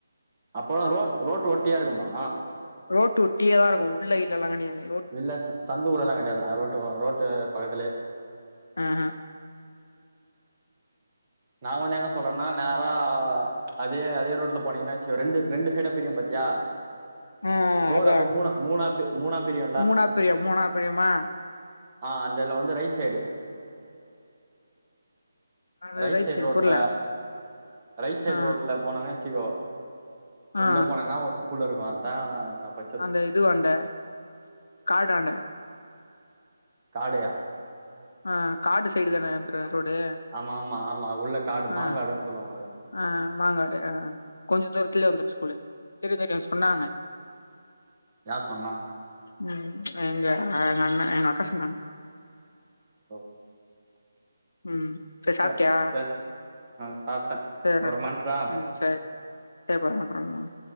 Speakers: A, on the right (about 25°); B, on the left (about 65°).
A: அப்போ ரோட் ரோட்டு் ஒட்டியா இருக்குமா
B: ரோட்டு் ஒட்டியேதா இருக்கு உள்ள இல்லகில்லா கெடியாது
A: இல்ல சந்துக்குள்ளல்லா கெடையாதா ரோட்டு ரோட்டு பக்கத்துலே
B: அ ஹா
A: நா வந்து எங்க சொல்றேன்னா நேரா அப்டே அதே ரோட்ல போனீங்கன்னா வெச்சிக்கோ ரெண்டு ரெண்டு சைடா பிரியு பாத்தியா
B: ஆ
A: ரோடு
B: அதா
A: அப்டியே மூணா மூணா பிரி மூனா பிரியு
B: மூணா பிரியு மூணா பிரியுமா
A: ஆ அந்த இதுல வந்து ரைட் சைடு
B: அந்த
A: ரைட் சைடு்
B: சைடு
A: ரோட்ல
B: பொருள
A: ரைட் சைட்
B: ஆ
A: ரோட்ல போனோன்னு வெச்சுக்கோ உள்ள
B: ஆ
A: போனோம்னா ஒரு ஸ்கூல் இருக்கு அதா நா படிச்
B: அந்த இதுவாண்ட காடாண்ட
A: காடையா
B: ஆ காடு சைடு தானே அந்த ரோடு
A: ஆமா ஆமா ஆமா உள்ள காடு
B: ஆ
A: மாங்காடுன்னு சொல்லுவாங்க அது
B: ஆ மாங்காடு ஆ கொஞ்ச தூரத்துலயே வந்துரு ஸ்கூலு தெரியு தெரியு சொன்னாங்க
A: யார் சொன்னா
B: ம் இங்க எயா அண்ண எங்க அக்கா சொன்னாங்க
A: ஓ
B: ம் சேர்
A: சார்
B: சாப்டியா
A: சார் ஆ சாப்பிட்டேன்
B: சேர்டா
A: அப்புறம் பண்ணுறா
B: ம் சேரி சேரி அப்ப அப்றோ பண்